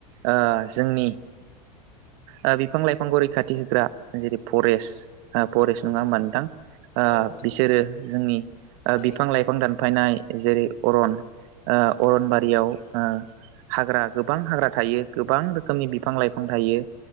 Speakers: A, on the right; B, on the left.
A: ओ जोंनि ओ बिफां लाइफांखौ रैखाथि होग्रा जेरै फरेस्ट ओ फरेस्ट नङा
B: उम
A: मोनथां ओ
B: औ नोंथां
A: बिसोरो
B: उम
A: जोंनि
B: उम
A: बिफां लाइफां दानफ नाय जेरै अरन ओ अरनबारियाव ओ हाग्रा गोबां हाग्रा थायो गोबां रोखोमनि बिफां लाइफां थायो